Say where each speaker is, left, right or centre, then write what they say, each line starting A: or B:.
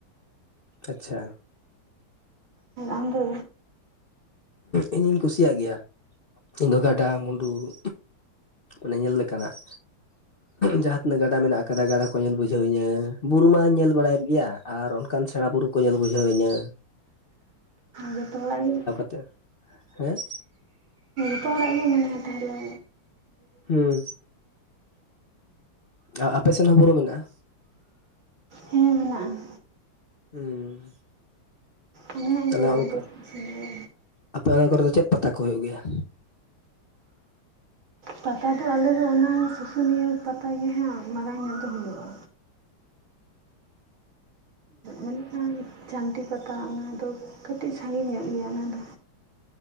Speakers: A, on the left (about 45°); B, on the right (about 70°).
A: ᱟᱪᱪᱷᱟ᱾
B: ᱟᱢ ᱫᱚ
A: ᱤᱧᱤᱧ ᱠᱩᱥᱤᱭᱟᱜ ᱜᱮᱭᱟ ᱤᱧ ᱫᱚ ᱜᱟᱰᱟ ᱢᱩᱰᱩ ᱾ ᱚᱱᱮ ᱧᱮᱞ ᱞᱮᱠᱟᱱᱟᱜ᱾ ᱡᱟᱦᱟᱸ ᱛᱤᱱᱟᱹᱜ ᱜᱟᱰᱟ ᱢᱮᱱᱟᱜ ᱟᱠᱟᱫᱟ ᱜᱟᱰᱟ ᱠᱚ ᱧᱮᱞ ᱵᱩᱡᱷᱟᱹᱣᱤᱧᱟᱹ ᱵᱩᱨᱩ ᱢᱟᱧ ᱧᱮᱞ ᱵᱟᱲᱟᱭᱮᱫ ᱜᱮᱭᱟ ᱟᱨ ᱚᱱᱠᱟᱱ ᱥᱮᱬᱟ ᱵᱩᱨᱩ ᱠᱚ᱾ ᱠᱚ ᱧᱮᱞ ᱵᱩᱡᱷᱟᱹᱣᱤᱧᱟᱹ᱾
B: ᱡᱚᱛ ᱦᱚᱲᱟᱜ ᱜᱮ ᱾
A: ᱛᱮ, ᱦᱮᱸ᱾
B: ᱡᱚᱛᱚ ᱦᱚᱲᱟᱜ ᱜᱮ ᱢᱚᱱᱮ ᱛᱟᱦᱞᱮ᱾
A: ᱦᱩᱸ ᱟᱨ ᱟᱯᱮᱥᱮᱱ ᱦᱚᱸ ᱵᱩᱨᱩ ᱢᱮᱱᱟᱜᱼᱟ
B: ᱦᱮᱸ ᱢᱮᱱᱟᱜᱼᱟ ᱾
A: ᱦᱮᱸ ᱾
B: ᱚᱱᱟ ᱦᱚᱧ
A: ᱛᱟᱦᱞᱮ
B: ᱞᱟᱹᱭᱟᱫ
A: ᱚᱝᱠᱟ
B: ᱢᱮᱫᱚ ᱥᱩᱥᱩᱱᱤᱭᱟᱹ
A: ᱟᱯᱮ ᱚᱱᱟ ᱠᱚᱨᱮ ᱫᱚ ᱪᱮᱫ ᱯᱟᱛᱟ ᱠᱚ ᱦᱩᱭᱩᱜ ᱜᱮᱭᱟ᱾
B: ᱯᱟᱛᱟ ᱫᱚ ᱟᱞᱮ ᱫᱚ ᱚᱱᱟ ᱥᱩᱥᱩᱱᱤᱭᱟᱹ ᱯᱟᱛᱟ ᱜᱮ ᱦᱟᱸᱜ ᱢᱟᱨᱟᱝ ᱧᱚᱜ ᱫᱚ ᱦᱩᱭᱩᱜᱼᱟ᱾ ᱮᱱᱚᱠᱷᱟᱱ ᱡᱷᱟᱹᱱᱴᱤ ᱯᱟᱛᱟ ᱚᱱᱟᱫᱚ ᱠᱟᱹᱴᱤᱡ ᱥᱟᱺᱜᱤᱧ ᱧᱚᱜ ᱜᱮᱭᱟ ᱚᱱᱟ ᱫᱚ᱾